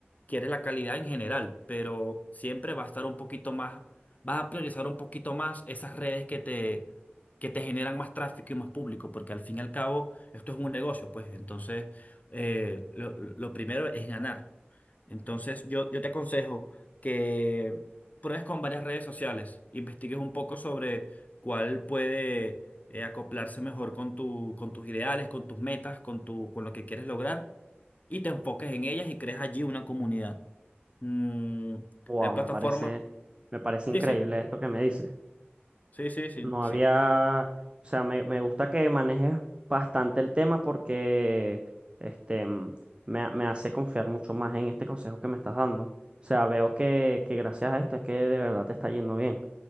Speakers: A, on the left; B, on the right.
A: quieres la calidad en general, pero siempre va a estar un poquito más, vas a priorizar un poquito más esas redes que te, que te generan más tráfico y más público, porque al fin y al cabo esto es un negocio, pues entonces eh, lo, lo primero es ganar. Entonces yo, yo te aconsejo que pruebes con varias redes sociales, investigues un poco sobre cuál puede eh, acoplarse mejor con tu, con tus ideales, con tus metas, con tu, con lo que quieres lograr y te enfoques en ellas y crees allí una comunidad. Mm,
B: Wow,
A: hay plataformas.
B: me parece, me parece increíble
A: Sí, sí,
B: esto que me dices.
A: sí, sí, sí,
B: No
A: sí.
B: había, o sea, me, me gusta que manejes bastante el tema porque este mm, me, ha- me hace confiar mucho más en este consejo que me estás dando. O sea, veo que, que gracias a esto es que de verdad te está yendo bien.